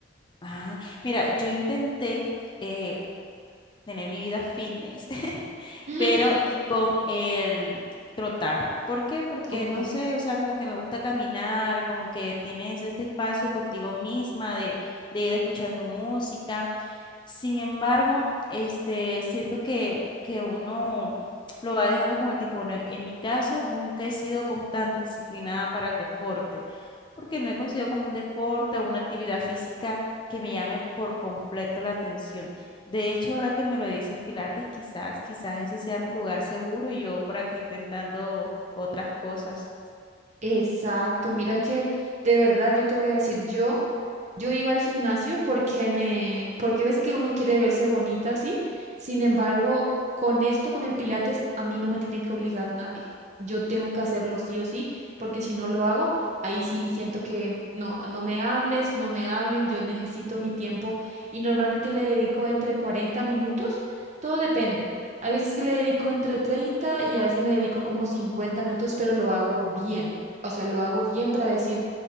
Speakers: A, on the left; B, on the right.
A: Ah, mira, yo intenté eh, tener mi vida fitness, <laughs>
B: <laughs>
A: pero eh, con el trotar. ¿Por qué? Porque
B: Ok,
A: no sé, o sea, como que me gusta caminar, como que tienes este espacio contigo misma de, de ir escuchando música sin embargo, este, siento que, que uno lo va dejando con el tiempo. Bueno, en mi caso, nunca he sido como tan disciplinada para el deporte, porque no he conseguido como un deporte o una actividad física que me llame por completo la atención. De hecho, ahora que me lo dices, Pilates, quizás, quizás ese sea mi lugar seguro y yo por acá intentando otras cosas.
B: exacto, mira que de verdad yo te voy a decir, yo Yo iba al gimnasio porque me, porque ves que uno quiere verse bonita, ¿sí? Sin embargo, con esto, con el Pilates, a mí no me tiene que obligar nadie. Yo tengo que hacerlo sí o sí, porque si no lo hago, ahí sí siento que no, no me hables, no me hablen, yo necesito mi tiempo y normalmente le dedico entre 40 minutos, todo depende. Hay veces que le dedico entre 30 y a veces le dedico como 50 minutos, pero lo hago bien. O sea, lo hago bien para decir